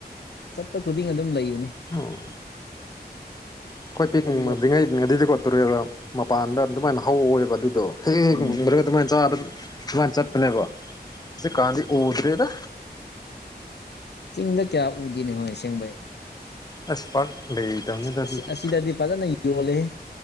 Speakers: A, on the left; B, on the left.
A: ꯆꯠꯄ ꯈꯨꯗꯤꯡ ꯑꯗꯨꯝ ꯂꯩꯕꯅꯦ
B: ꯑꯣ ꯑꯩꯈꯣꯏ ꯄꯤꯛꯔꯤꯉꯩ
A: ꯑꯗꯨꯕꯨ
B: ꯑꯗꯨꯗꯤ ꯀꯣꯠꯇꯣꯔꯦꯗ ꯃꯄꯥꯟꯗ ꯑꯗꯨꯃꯥꯏꯅ ꯍꯧꯋꯦꯕ ꯑꯗꯨꯗꯣ ꯍꯦꯛ ꯍꯦꯛ ꯍꯦꯛ
A: ꯎꯝ
B: ꯉꯨꯝꯗ꯭ꯔꯒ ꯑꯗꯨꯃꯥꯏꯅ ꯆ ꯑꯗꯨꯃꯥꯏꯅ ꯆꯠꯄꯅꯦꯕ ꯑ ꯀꯥꯗꯤ ꯑꯣ ꯎꯗꯔꯗ
A: ꯆꯤꯡꯗ ꯀꯌꯥ ꯎꯗꯦꯅꯤ ꯍꯣꯏꯁꯦꯡꯕꯩ
B: ꯑꯁ ꯄꯥꯛ ꯂꯩꯇꯕꯅꯤꯗ
A: ꯑꯁ
B: ꯑꯗꯨꯗꯤ
A: ꯑꯁꯤꯗꯗꯤ ꯐꯖꯅ ꯌꯣꯜꯜꯂꯤꯦ